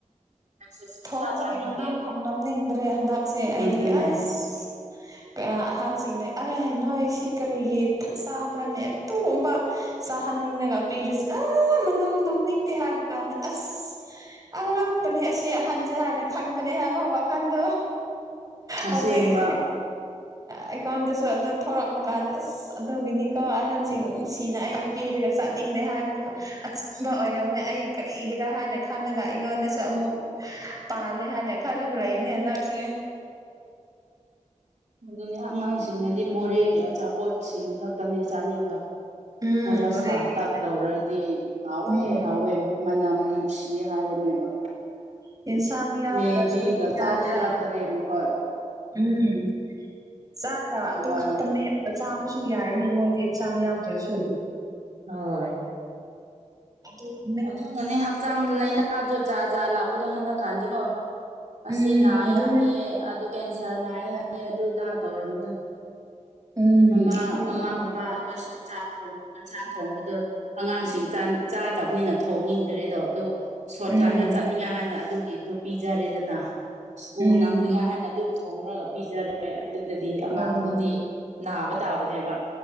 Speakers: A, on the right; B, on the right.
A: ꯑꯩꯁꯨ ꯁꯨꯡꯆꯥ
B: ꯊꯣꯡꯕꯒꯤ
A: ꯆꯥꯅꯤꯡꯗꯦ
B: ꯃꯅꯥꯝꯐꯥꯎ ꯅꯝꯅꯤꯡꯗ꯭ꯔꯦ ꯍꯟꯗꯛꯁꯦ ꯑꯩꯗꯤ
A: ꯑꯗꯨꯅꯦ
B: ꯑꯁ ꯑꯍꯟꯁꯤꯡꯅ ꯑꯔꯦ ꯅꯣꯏ ꯁꯤ ꯀꯔꯤꯒꯤ ꯆꯥꯕ꯭ꯔꯅꯦ ꯑꯗꯨꯒꯨꯝꯕꯥ ꯆꯥꯍꯟꯅꯤꯡꯂꯥꯒ ꯄꯤꯔꯤꯁꯦ ꯑ ꯃꯅꯝ ꯅꯝꯅꯤꯡꯗꯦ ꯍꯥꯏꯕ ꯀꯥꯟꯗ ꯑꯁ ꯑꯉꯥꯛꯄꯅꯦ ꯑꯁꯤ ꯑꯍꯟꯁꯦ ꯍꯥꯏꯅꯥ ꯈꯟꯕꯅꯦ ꯍꯥꯏꯕ ꯋꯥꯈꯟꯗꯣ ꯍꯧꯖꯤꯛ
A: ꯑꯁꯦꯡꯕ
B: ꯑ ꯑꯩꯉꯣꯟꯗꯁꯨ ꯑꯗꯣ ꯊꯧꯔꯛꯄ ꯀꯥꯟꯗ ꯑꯁ ꯑꯗꯨꯒꯤꯅꯤꯀꯣ ꯑꯍꯟꯁꯤꯡꯕꯨ ꯅꯨꯡꯁꯤꯅ ꯑꯩꯅ ꯄꯤꯔꯒ ꯆꯥꯅꯤꯡꯗꯦ ꯍꯥꯏꯕꯗꯣ ꯑꯆꯨꯝꯕ ꯑꯣꯏꯔꯝꯃꯦ ꯑꯩ ꯀꯔꯤꯒꯤꯔꯥ ꯍꯥꯏꯅ ꯈꯜꯂꯒ ꯑꯩꯉꯣꯟꯗꯁꯨ ꯑꯃꯨꯛ ꯄꯥꯜꯂꯦ ꯍꯥꯏꯅ ꯈꯜꯂꯒ ꯂꯩꯕꯅꯤ ꯍꯟꯗꯛꯁꯦ
A: ꯑꯗꯨꯅꯤ ꯑꯉꯥꯡꯁꯤꯡꯅꯗꯤ ꯃꯣꯔꯦꯒꯤ ꯑꯆꯥꯄꯣꯠꯁꯤꯡ ꯈꯛꯇꯅꯤ ꯆꯥꯅꯤꯡꯕ
B: ꯎꯝ
A: ꯈꯔ
B: ꯃꯣꯔꯦꯒꯤꯗꯨꯅꯦ
A: ꯁꯥ ꯇꯥꯛ ꯇꯧꯔꯗꯤ ꯍꯥꯎꯋꯦ
B: ꯎꯝ
A: ꯍꯥꯎꯋꯦ ꯃꯅꯝ ꯅꯨꯡꯁꯤꯌꯦ ꯍꯥꯏꯔꯅꯦꯕ
B: ꯌꯦꯟꯁꯥꯡ ꯌꯥꯎꯗ꯭ꯔꯁꯨ
A: ꯃꯦꯒꯤꯒ
B: ꯀꯔꯤ
A: ꯆꯥꯅꯤꯡꯉꯛꯇꯥꯔꯦ
B: ꯍꯥꯏꯕ꯭ꯔꯥ
A: ꯃꯈꯣꯏ
B: ꯎꯝ ꯆꯥꯛꯀꯥ ꯑꯗꯨ
A: ꯋꯥꯏ
B: ꯈꯛꯇꯃꯦꯠ ꯆꯥꯕꯁꯨ ꯌꯥꯏꯅꯤ ꯃꯣꯏꯗꯤ ꯏꯟꯁꯥꯡ ꯌꯥꯎꯗ꯭ꯔꯁꯨ
A: ꯍꯣꯏ
B: ꯑꯗꯨꯗ <inaudible>
A: ꯑꯗꯨꯅꯅꯦ ꯍꯛꯆꯥꯡ ꯂꯩꯅꯥ ꯥꯗꯣ ꯖꯥꯠ ꯖꯥꯠ ꯂꯥꯛꯄꯗꯣ ꯍꯟꯗꯛꯀꯥꯟꯗꯤꯀꯣ ꯑꯁꯤ
B: ꯎꯝ
A: ꯅꯥꯏꯌꯦ
B: ꯑꯗꯨꯅꯦ
A: ꯍꯥꯏꯌꯦ ꯑꯗꯨ ꯀꯦꯟꯁꯔ ꯅꯥꯏ ꯍꯥꯏꯅ ꯑꯗꯨꯗꯥ ꯇꯧꯔꯝꯕꯗꯣ
B: ꯎꯝ
A: ꯃꯃꯥ
B: ꯑꯗꯨꯅꯦ
A: ꯃꯃꯥ ꯃꯄꯥ ꯑꯩꯈꯣꯏꯁꯨ ꯆꯥꯛ ꯊꯣꯡꯉꯤ ꯌꯦꯟꯁꯥꯡ ꯊꯣꯡꯕꯗꯣ ꯑꯉꯥꯡꯁꯤꯡ ꯆꯥꯗꯕꯅꯤꯅ ꯊꯣꯡꯅꯤꯡꯗ꯭ꯔꯦꯗꯣ ꯑꯗꯨ ꯁꯣꯔꯠꯀꯥꯠꯇ
B: ꯎꯝ
A: ꯆꯠꯅꯤꯡꯉꯥꯏ ꯍꯥꯏꯅ ꯑꯗꯨꯒꯤꯗꯨ ꯄꯤꯖꯔꯦꯗꯅ ꯁ꯭ꯀꯨꯜ
B: ꯎꯝ
A: ꯅꯥꯡꯅꯤꯡꯉꯥꯏ ꯍꯥꯏꯅ ꯑꯗꯨꯝ ꯈꯣꯡꯅꯒ ꯄꯤꯖꯔꯦ ꯑꯗꯨꯗꯗꯤ ꯑꯉꯥꯡꯗꯨꯗꯤ
B: ꯑꯪ
A: ꯅꯥꯕ ꯇꯥꯕꯅꯦꯕ